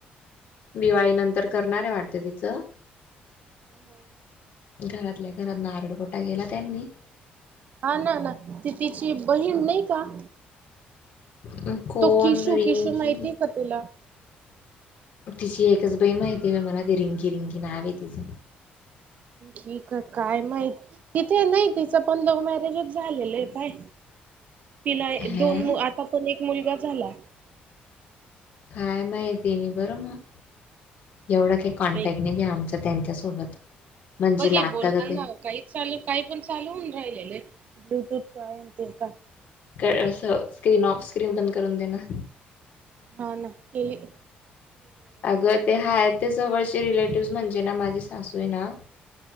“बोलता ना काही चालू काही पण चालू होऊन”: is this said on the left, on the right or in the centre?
Right